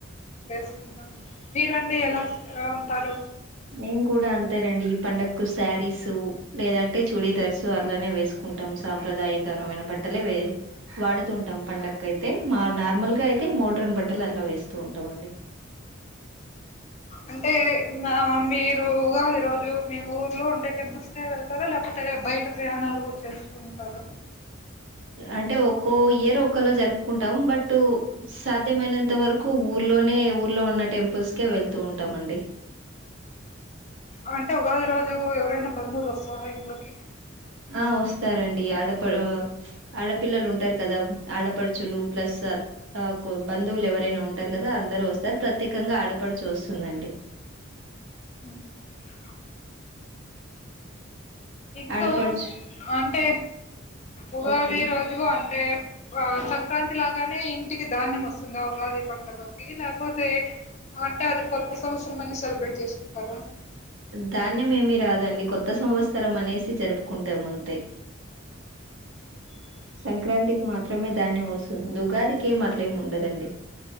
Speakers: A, on the left (about 35°); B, on the right (about 65°).
A: వేసుకుంటాను మీరండి ఎలా ఉంటారు
B: మేము కూడా అంతేనండి ఈ పండగకు శారీసు లేదంటే చూడీదర్స్ అలానే వేసుకు కుంటాం సాంప్రదాయకరమైన బట్టలే వే వాడుతుంటాం పండకైతే మా నార్మల్గా అయి తే మోడ్రన్ బట్టలు అట్లా వేస్తూ ఉంటామండి
A: అంటే నా మీరు ఉగాది రోజు మీ ఊర్లో ఉండే టెంపుల్స్ కే వెళ్తారా లేకపోతే బయట ప్రయాణాలు కూడా చేస్తూ ఉంటారు
B: అంటే ఒక్కో ఇయర్ ఒ కళ జరుపుకుంటాం బట్ సాధ్యమైనంత వరకు ఊ ఊర్లో నే ఊర్లో ఉన్న టెంపుల్స్ కే వెళ్తూ ఉంటామండి
A: అంటే ఉగాది రోజు ఎవరైనా బంధువులు వస్తారా ఇంట్లోకి
B: ఆ వస్తారండి ఆడప ఆడపిల్లలు ఉంటారు కదా ఆడపడుచులు ప్లస్ సార్ ఆ బంధువులు ఎవరైనా ఉంటారు కదా అందరు వస్తారు ప్రత్యేకంగా ఆడపడుచూ వస్తుందండి
A: <inaudible> ఇంకా
B: ఆడపడుచు
A: అంటే
B: ఓ-
A: ఉగాది
B: ఓకే
A: రోజు అంటే ఆ సంక్రాంతి లాగానే ఇంటికి ధాన్యం వస్తుందా ఉగాది పండుగకి లేపోతే అంటే అది కొత్త సంవత్సరం అని సెలబ్రేట్ చేసుకుంటారా
B: ధాన్యం ఏమి రాదండి కొత్త సంవత్సరం అనేసి జరుపుకుంటాం అంతే
A: <inaudible>
B: సంక్రాంతికి మాత్రమే ధాన్యం వస్తుంది ఉగాదికి ఏం అట్ల ఏమి ఉండదండి